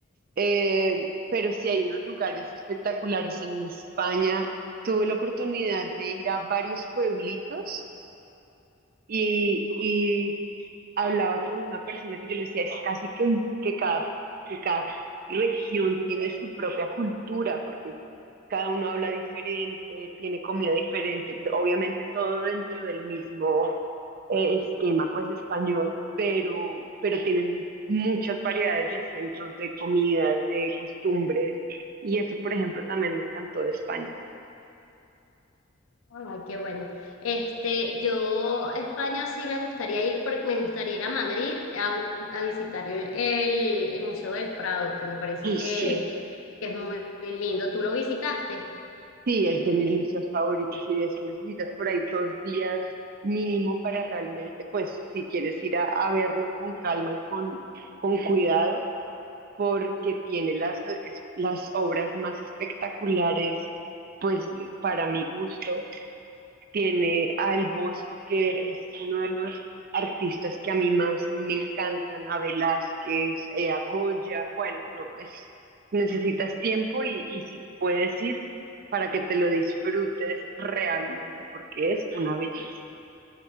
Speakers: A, on the right; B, on the left.
A: Eh, pero sí hay unos lugares espectaculares en España. Tuve la oportunidad de ir a varios pueblitos y, y hablaba con una persona que yo le decía, es casi que, un- que cada, que cada región tiene su propia cultura, porque cada uno habla diferente, tiene comida diferente, obviamente todo dentro del mismo eh, esquema, pues español, pero, pero tienen muchas variedades de acentos, de comidas, de costumbres, y eso, por ejemplo, también me encantó de España.
B: Ay, qué bueno. Este, yo a España sí me gustaría ir, porque me gustaría ir a Madrid a, bu- a visitar el, el- el Museo del Prado, que me parece
A: Y
B: que,
A: Sí.
B: que es muy, muy lindo. ¿Tú lo visitaste?
A: Sí, es de mis museos favoritos y de eso necesitas por ahí dos días mínimo para realmente, pues si quieres ir a, a verlo con calma y con, con cuidado, porque tiene las, es- las obras más espectaculares, pues para mi gusto, tiene a El Bosco, que es uno de los artistas que a mí más me encantan, a Velázquez, eh, a Goya, bueno, no, es, necesitas tiempo y, y si puedes ir para que te lo disfrutes realmente, porque es una belleza.